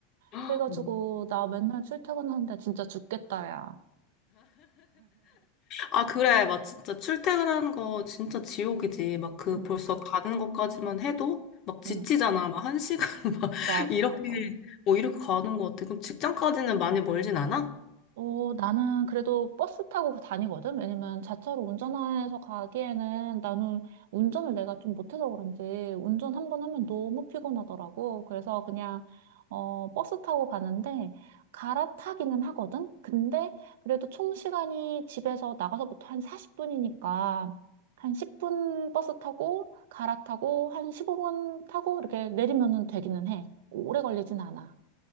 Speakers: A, on the left; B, on the right.
A: <gasps>
B: 그래가지고,
A: 헉,
B: 나 맨날 출퇴근하는데 진짜 죽겠다, 야.
A: 아, 그래. 막 진짜 출퇴근하는 거 진짜 지옥이지. 막 그
B: 그니까.
A: 벌써 가는 것까지만 해도 막 지치잖아.
B: 응,
A: 막 한 시간 <laughs> 막
B: 맞아,
A: 이렇게
B: 맞아.
A: 뭐 이렇게 가는 것 같아. 그럼 직장까지는 많이 멀진 않아?
B: 어, 나는 그래도 버스 타고 다니거든? 왜냐면 자차로 운전해서 가기에는 나는 운전을 내가 좀 못해서 그런지 운전 한 번 하면 너무 피곤하더라고. 그래서 그냥, 어, 버스 타고 가는데 갈아타기는 하거든? 근데 그래도 총 시간이 집에서 나가서부터 한 40분이니까 한 10분 버스 타고 갈아타고 한 15분 타고 이렇게 내리면은 되기는 해. 오래 걸리진 않아.